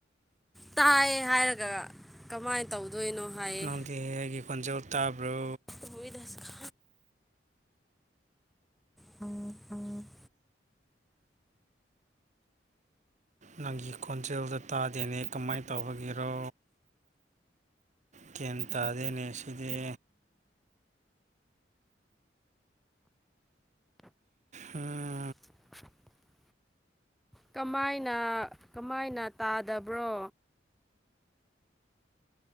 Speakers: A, in the centre; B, on the right (about 40°).
A: ꯇꯥꯏ ꯍꯥꯏꯔꯒ ꯀꯃꯥꯏꯅ ꯇꯧꯗꯣꯏꯅꯣ ꯍꯥꯏꯌꯦ
B: ꯅꯪꯗꯤ ꯑꯩꯒꯤ ꯈꫭꯟꯖ‌ꯦꯜ ꯇꯥꯕ꯭ꯔꯣ
A: ꯑꯣꯏꯣꯏꯗ <unintelligible> ꯐꯉ ꯐꯪ <unintelligible>
B: ꯅꯪꯒꯤ ꯈꯣꯟꯖꯦꯜꯗꫭ ꯇꯥꯗꯦꯅꯦ ꯀꯃꯥꯏꯅ ꯇꯧꯕꯒꯤꯔꯣ ꯒꯤꯌ‌ꯦꯟꯇꯥꯗ‌ꯦꯅꯦ ꯁꯤꯗ ꯍꯥꯥ <unintelligible>
A: <inaudible> ꯀꯃꯥꯏꯅ ꯀꯃꯥꯏꯅ ꯇꯥꯗꯕ꯭ꯔꯣ